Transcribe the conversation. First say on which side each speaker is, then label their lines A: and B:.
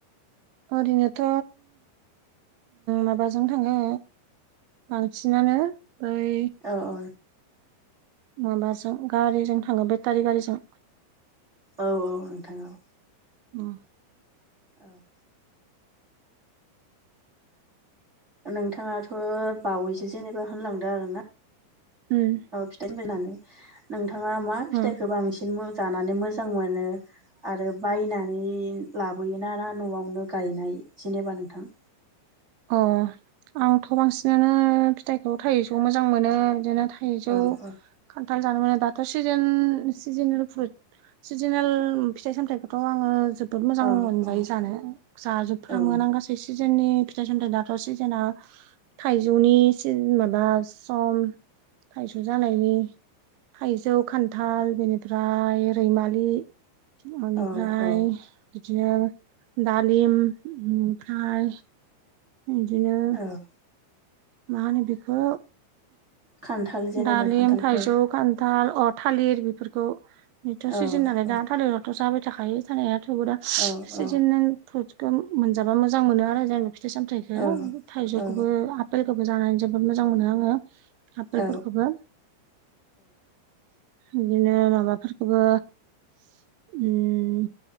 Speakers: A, on the right; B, on the right.
A: ओरैनोथ माबाजों थाङो बांसिनानो ऐ
B: अ अ
A: माबाजों गारिजों थाङो बेटारि गारिजों
B: औ औ नोंथां औ
A: उम
B: औ नोंथाङाथक्षबावैसो जेननिबा होनलांदो आरो ना
A: उम
B: फिथाइनि बायनानै नोंथाङा मा फिथाइखौ
A: उम
B: बांसिन मो जानानै मोजां मोनो आरो बायनानै लाबोयोन ना ना न'आवनो गायनाय जेनेबा नोंथां
A: अ आंथ बांसिनानो फिथाइखौ थाइजौ मोजां मोनो इदिनो थाइजौ
B: औ औ
A: खान्थाल जानो <unintelligible> सिजोन सिजोनेल फ्रुद सिजोनेल फिथाइ सामथाइखौथ आङो जोब बहुद मोजां
B: औ
A: मोनजायो
B: औ
A: जानो जाजोबफ्रामोआनो
B: औ
A: आं गासिखौबो बे सिजोननि फिथाइ सामथाइ दाथ सिजोना थाइजौनि सि माबा सम थाइजौ जानायनि थाइजौ खान्थाल बेनिफ्राय रैमालि
B: औ
A: बेनिफ्राय
B: औ
A: इदिनो दालिम ओमफ्राय इदिनो
B: औ
A: मा होनो बेखौ
B: खान्थाल जेनेबा
A: दालिम
B: खान्थालफोर
A: थाइजौ खान्थाल अ - थालिर बेफोरखौ जोबथा
B: औ
A: सिजोन नालय
B: औ
A: दा थालिरावथ जाबाय थाखायो जानाय थेवबो दा
B: औ
A: सिजोन
B: औ
A: फ्रुदखौ मोनजाबा मोजां मोनो आरो जानो फिथाइ सामथायखौ
B: औ
A: थाइजौखौबो
B: औ
A: आपेलखौबो जानानै जोबोद मोजां मोनो आङो फोरखौबो
B: औ
A: इदिनो माबाफोरखौबो उम